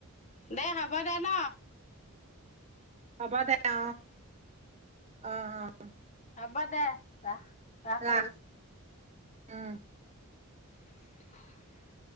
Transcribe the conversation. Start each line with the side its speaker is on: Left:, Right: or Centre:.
Left: দেই হ'ব দে ন?
Right: হ'ব দে অ' অ' অ' অ'।
Left: হ'ব দে ৰাখ। ৰাখো
Right: ৰাখ উম
Left: <unintelligible>